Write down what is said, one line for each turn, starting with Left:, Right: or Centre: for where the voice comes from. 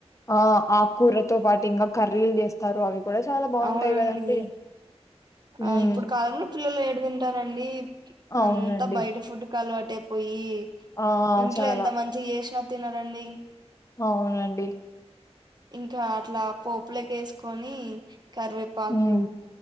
Left: ఆ ఆకూరతో పాటు ఇంకా కర్రీలు చేస్తారు అవి కూడా చాలా బాగుంటాయి
Right: అవునండి
Left: కదండి
Right: ఆ
Left: ఉమ్
Right: ఇప్పుడు కాలంలో పిల్లలు ఏడ తిన్ ఉంటారండి
Left: అవునండి
Right: అంతా బయట ఫుడ్డుకు అలవాటు అయిపోయి
Left: ఆ
Right: ఇంట్లో
Left: చాలా
Right: ఎంత మంచిగా చేసినా తినరండి
Left: అవునండి
Right: ఇంకా అట్లా పోపులకు ఏసుకొని కరివేపాకు
Left: ఉమ్